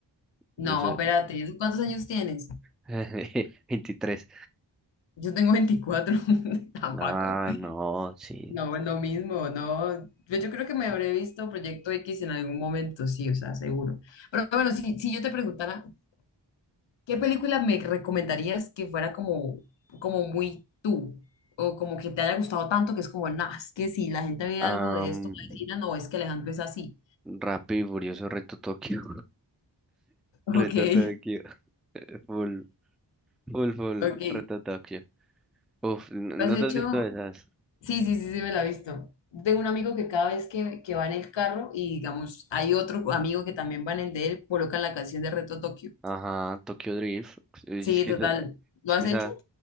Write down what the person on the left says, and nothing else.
No,
espérate, ¿cuántos años tienes?
Yo tengo 24 <laughs> tampoco.
No, es lo mismo, no. Pues Yo creo que me habré visto Proyecto X en algún momento, sí, o sea, seguro. Pero bueno, si, si yo te preguntara, ¿qué película me recomendarías que fuera como, como muy tú? O como que te haya gustado tanto que es como, nah, es que si la gente ve
algo de esto, va a decir, "Ah, no, es que Alejandro es así.
<laughs> Ok,
ok.
¿Lo
has hecho?
Sí, sí, sí, sí, me la he visto. Tengo un amigo que cada vez que, que va en el carro y digamos, hay otro amigo que también va en el de él, colocan la canción de Reto Tokio.
Sí,
total.
¿Lo
has
hecho?